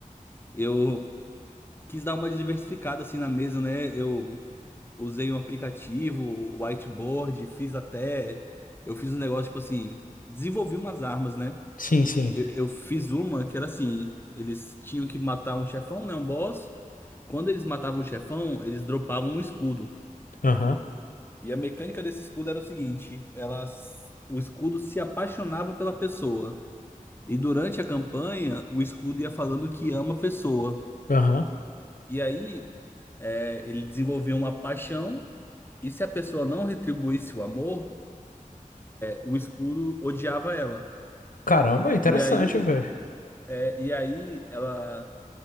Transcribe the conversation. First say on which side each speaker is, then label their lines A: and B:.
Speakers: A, on the left; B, on the left.
A: Eu quis dar uma diversificada assim na mesa, né? Eu usei um aplicativo, o whiteboard, fiz até. Eu fiz um negócio, tipo assim, desenvolvi umas armas, né?
B: Sim, sim.
A: Eu, eu fiz uma que era assim: eles tinham que matar um chefão, né? Um boss. Quando eles matavam o chefão, eles dropavam um escudo.
B: Aham,
A: E a mecânica desse escudo era o seguinte: ela, o escudo se apaixonava pela pessoa. E durante a campanha, o escudo ia falando que ama a pessoa.
B: aham.
A: E aí, é, ele desenvolvia uma paixão. E se a pessoa não retribuísse o amor, o escudo odiava ela.
B: Caramba, interessante,
A: E aí,
B: velho.
A: é, e aí ela,